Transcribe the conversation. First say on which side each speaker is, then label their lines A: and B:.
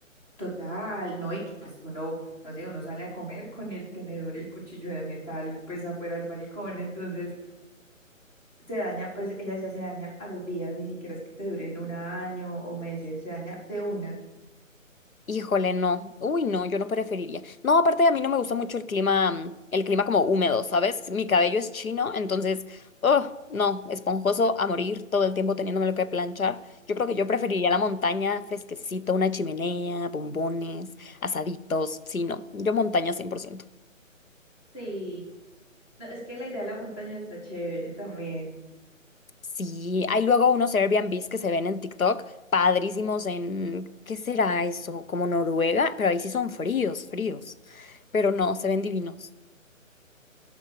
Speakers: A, on the left (about 20°); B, on the left (about 85°).
A: Total, ¿no? Y que, pues uno, no sé, uno sale a comer con el tenedor y el cuchillo de metal pues afuera al balcón, entonces... se daña, pues ella decía se daña a los días, ni siquiera es que te duren un año o meses, se daña de una.
B: Híjole, no. Uy, no, yo no preferiría. No, aparte a mí no me gusta mucho el clima, mm, el clima como húmedo, ¿sabes? Mi cabello es chino, entonces, ugh, no, esponjoso a morir todo el tiempo teniéndomelo que planchar. Yo creo que yo preferiría la montaña, fresquecito, una chimenea, bombones, asaditos. Sí, no, yo montaña 100%.
A: Sí. No, es que la idea de la montaña está chévere también.
B: Sí, hay luego unos Airbnbs que se ven en TikTok, padrísimos en, ¿qué será eso? Como Noruega, pero ahí sí son fríos, fríos, pero no, se ven divinos.